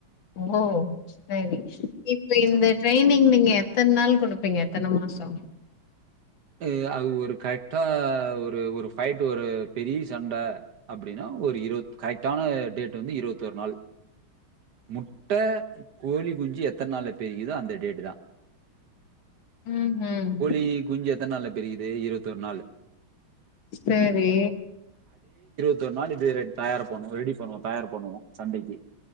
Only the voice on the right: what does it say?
ம்.
அது அது ஒரு கரெக்டா ஒரு ஒரு ஃபைட் ஒரு பெரிய சண்ட அப்டின்னா ஒரு இருவத் கரெட்டான டேட்டு வந்து இருவத்தொர் நாள் மு ட்ட கோழி குஞ்சு எத்தன் நாள்ல பெரிக்குதோ அந்த டேட்டு தா
கோழி குஞ்சு எத்தன் நாள்ல பெரிக்குது இருவத்தொர் நாள்
து ஒர் மாரி இது தயார் பண்ணுவோ ரெடி பண்ணுவோ தயார் பண்ணுவோ சண்டைக்கு